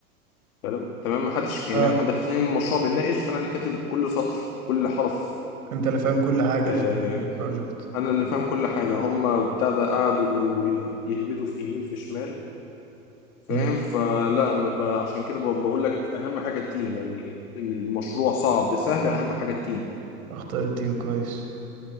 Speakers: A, on the left; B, on the right.
A: تمام تمام محدش يعني
B: اه
A: احنا داخلين المشروع بنناقش انا اللي كاتب كل سطر كل حرف
B: انت اللي فاهم كل حاجة
A: آه،
B: في البروجكت
A: انا اللي فاهم كل حاجه هم بتاع ده قعدوا ويهبدوا في يمين في شمال فاهم
B: امم
A: فلا انا ببقى عشان كده ببقى بقول لك اهم حاجه التيم يعني المشروع صعب سهل اهم حاجه التيم
B: اختار التيم كويس